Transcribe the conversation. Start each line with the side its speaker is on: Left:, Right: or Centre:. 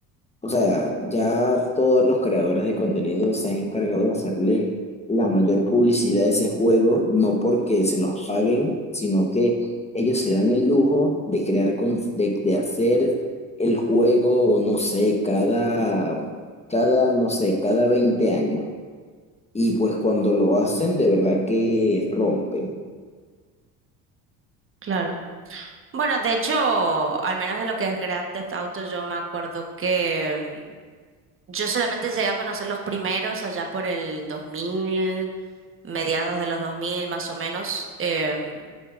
Left: o sea, ya todos los creadores de contenido se han encargado de hacerle la mayor publicidad a ese juego, no porque se los paguen, sino que ellos se dan el lujo de crear, con- de, de hacer el juego, no sé, cada, cada, no sé, cada 20 años. Y pues cuando lo hacen, de verdad que rompen.
Right: Claro. Bueno, de hecho, al menos de lo que es Grand Theft Auto, yo me acuerdo que mm, yo solamente llegué a conocer los primeros allá por el dos mil mediados de los 2000 más o menos. em,